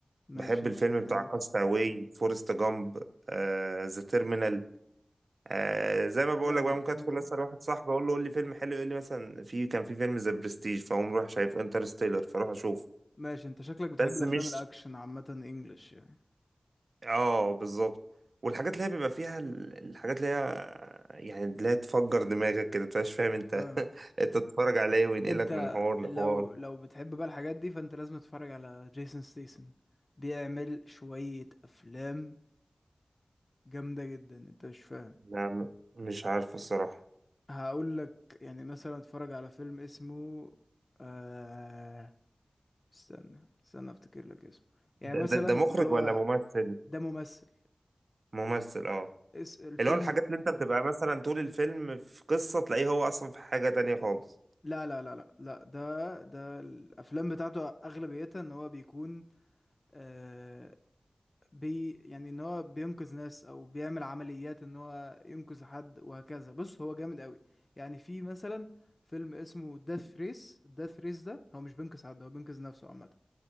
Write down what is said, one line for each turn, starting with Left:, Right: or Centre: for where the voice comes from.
Left: ماشي
Right: بحب الفيلم بتاع
Left: آه.
Right: كاستاوي فورست جامب آه، ذا تيرمينال آه زي ما بقول
Left: جامد
Right: لك بقى ممكن
Left: مم.
Right: ادخل اسال واحد صاحبي اقول له قول لي فيلم حلو يقول لي مثلا في كان في فيلم ذا برستيج فاقوم رايح شايف انترستيلر فاروح اشوف
Left: ماشي انت شكلك بتحب
Right: بس
Left: الأفلام
Right: مش
Left: الأكشن عامة إنجليش يعني
Right: اه بالظبط والحاجات اللي هي بيبقى فيها ال- الحاجات اللي هي يعني اللي هي تفجر دماغك كده تبقاش فاهم انت
Left: فاهم
Right: <laughs> انت تتفرج عليه وينقلك
Left: انت
Right: من حوار لحوار
Left: لو لو بتحب بقى الحاجات دي فانت لازم تتفرج على جيسون ستيسن بيعمل شوية افلام جامدة جدا انت مش فاهم
Right: لا م- مش عارف الصراحة
Left: هقول لك يعني مثلا اتفرج على فيلم اسمه آه... استنى استنى افتكر لك اسمه يعني
Right: ده,
Left: مثلا
Right: ده, ده مخرج
Left: اللي هو
Right: ولا ممثل
Left: ده ممثل
Right: ممثل اه
Left: اس الفيلم
Right: اللي هو الحاجات اللي انت بتبقى مثلا طول الفيلم في قصة تلاقيه هو اصلا في حاجة تانية خالص
Left: لا لا لا لا لا ده ده الافلام بتاعته اغلبيتها ان هو بيكون آه، بي يعني ان هو بينقذ ناس او بيعمل عمليات ان هو ينقذ حد وهكذا بص هو جامد قوي يعني في مثلا فيلم اسمه داث ريس داث ريس ده هو مش بينقذ حد هو بينقذ نفسه عامة